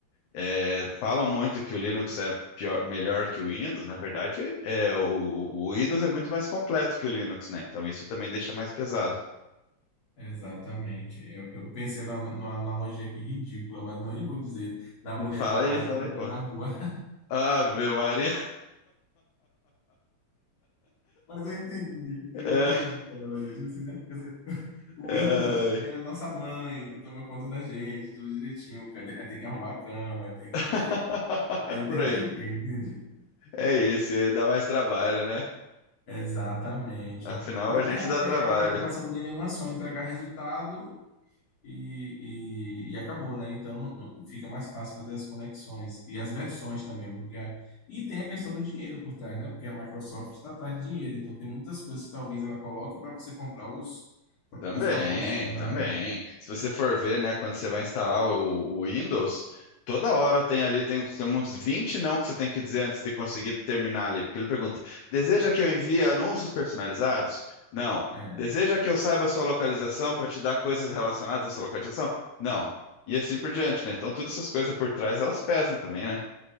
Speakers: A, on the left; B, on the left.
A: É, falam muito que o Linux é pior- melhor que o Windows, na verdade, é, o o Windows é muito mais completo que o Linux, né? Então isso também deixa mais pesado.
B: Exatamente. Eu, eu pensei na, numa analogia aqui ridícula, mas não nem vou dizer da mulher
A: Fala
B: de casa
A: aí, fala
B: e da mulher
A: aí, pô.
B: da rua. <laughs>
A: Ave Maria.
B: Mas eu entendi, eu
A: É,
B: entendi a analogia. Tipo assim, né? Quer dizer, o
A: é,
B: Windows é a nossa mãe que toma conta da gente, tudo direitinho. Tem que arrumar a cama, tem que,
A: <laughs>
B: né?
A: é
B: Entendi,
A: por aí.
B: entendi.
A: É esse, aí dá mais trabalho, né?
B: Exatamente.
A: Afinal, a gente dá trabalho.
B: É, é- a preocupação dele é uma só, entregar resultado e, e, e acabou, né? Então não, não- fica mais fácil fazer as conexões e as versões também, porque a- e tem a questão do dinheiro por trás, né? Porque a Microsoft está atrás de dinheiro, então tem muitas coisas que talvez ela coloque para você comprar os,
A: Também,
B: os pacotes dela,
A: também.
B: né?
A: Se você for ver, né, quando você vai instalar o, o Windows, toda hora tem ali, tem, uns- tem uns 20 não que você tem que dizer antes de conseguir terminar ali, porque ele pergunta: deseja que eu envie anúncios personalizados? Não.
B: É,
A: Deseja que eu saiba a sua localização para te dar coisas relacionadas à sua localização? Não. E assim por diante, né? Então, todas essas coisas por trás, elas pesam também, né?